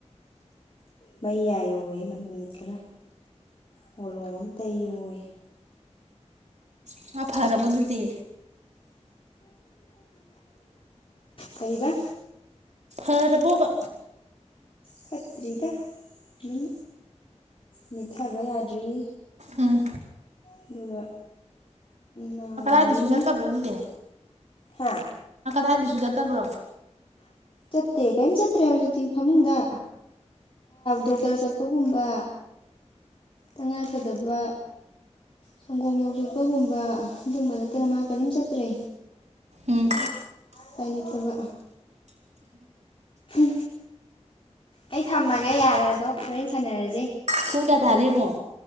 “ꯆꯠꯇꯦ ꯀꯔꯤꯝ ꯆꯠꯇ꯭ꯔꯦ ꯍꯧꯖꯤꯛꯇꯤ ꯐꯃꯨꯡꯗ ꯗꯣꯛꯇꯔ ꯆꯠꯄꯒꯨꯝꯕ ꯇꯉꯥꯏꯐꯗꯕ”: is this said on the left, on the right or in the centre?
Left